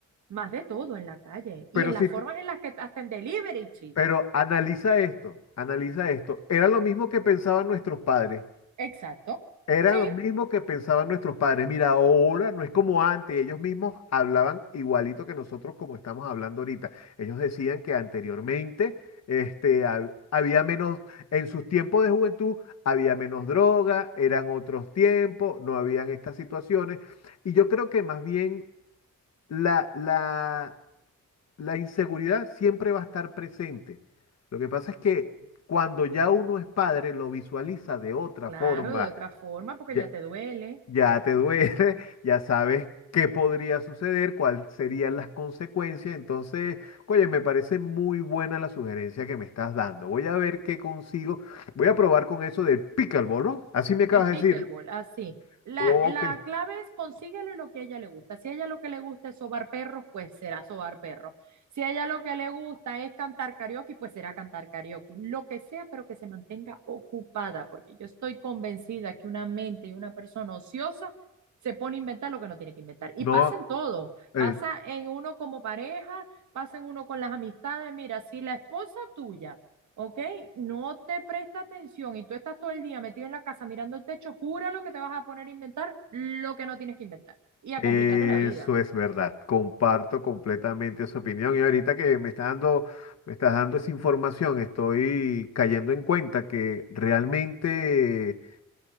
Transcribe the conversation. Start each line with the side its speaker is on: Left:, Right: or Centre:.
Right: más de todo en la calle
Left: Pero
Right: y en
Left: sí,
Right: las formas
Left: te-
Right: en las que hasta en delivery, chico.
Left: pero analiza esto, analiza esto. Era lo mismo que pensaban nuestros padres.
Right: Exacto.
Left: eran
Right: Sí,
Left: los mismos que pensaban nuestros padres. Mira, ahora no es como antes. Ellos mismos hablaban igualito que nosotros como estamos hablando ahorita. Ellos decían que anteriormente este, hab- había menos, en sus tiempos de juventud había menos droga, eran otros tiempos, no habían estas situaciones. Y yo creo que más bien la, la, la inseguridad siempre va a estar presente. Lo que pasa es que cuando ya uno es padre, lo visualiza de otra
Right: claro,
Left: forma.
Right: de otra forma porque
Left: Ya-
Right: ya te duele.
Left: ya te duele, <laughs> ya sabes qué podría suceder, cuáles serían las consecuencias. Entonces, oye, me parece muy buena la sugerencia que me estás dando. Voy a ver qué consigo. Voy a probar con eso del pickleball, ¿no? Así me acabas
Right: El pickleball,
Left: de decir.
Right: así. La,
Left: Ok,
Right: la clave es consíguele lo que a ella le gusta. Si a ella lo que le gusta es sobar perros, pues será sobar perros. Si a ella lo que le gusta es cantar karaoke, pues será cantar karaoke. Lo que sea, pero que se mantenga ocupada, porque yo estoy convencida que una mente y una persona ociosa se pone a inventar lo que no tiene que inventar. Y
Left: no,
Right: pasa en todo.
Left: eh,
Right: Pasa en uno como pareja, pasa en uno con las amistades. Mira, si la esposa tuya ¿ok? No te presta atención y tú estás todo el día metido en la casa mirando el techo, júralo que te vas a poner a inventar lo que no tienes que inventar y a
Left: eso
Right: complicarte la vida.
Left: es verdad. Comparto completamente esa opinión. Y ahorita que me estás dando, me estás dando esa información, estoy cayendo en cuenta que realmente